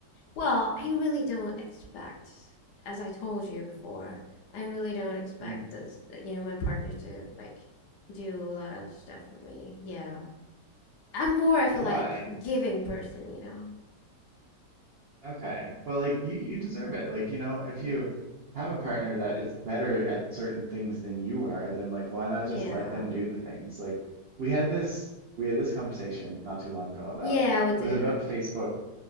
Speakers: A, on the left; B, on the right.
A: Well, I really don't expect, as I told you before, I really don't expect
B: Mm.
A: this, uh, you know, my partner to like do a lot of stuff for me. Yeah. I'm more of
B: Why?
A: a like giving person, you know.
B: Okay. Well, like you you deserve it. Like, you know, if you have a partner that is better at certain things than you are, then like why not
A: Yeah.
B: just let them do the things? Like we had this we had this conversation not too long ago about
A: Yeah, with
B: it
A: the
B: was about Facebook